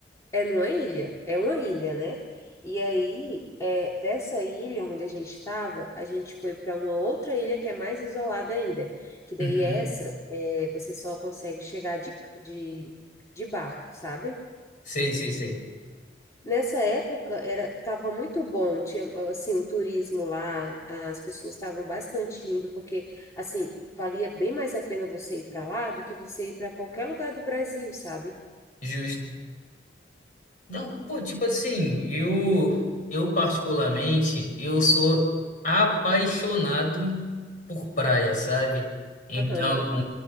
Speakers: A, on the left; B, on the left.
A: É numa ilha? É uma ilha, né? E aí, é, dessa ilha onde a gente estava, a gente foi para uma outra ilha que é mais isolada ainda, que daí
B: Uhum.
A: essa, é, você só consegue chegar de, de, de barco, sabe?
B: Sei, sei, sei.
A: Nessa época era estava muito bom, tinha assim o turismo lá, as pessoas estavam bastante indo porque assim valia bem mais a pena você ir para lá do que você ir para qualquer lugar do Brasil, sabe?
B: Justo. Não, pô, tipo assim, eu, eu particularmente, eu sou apaixonado por praia, sabe? Então,
A: Aham.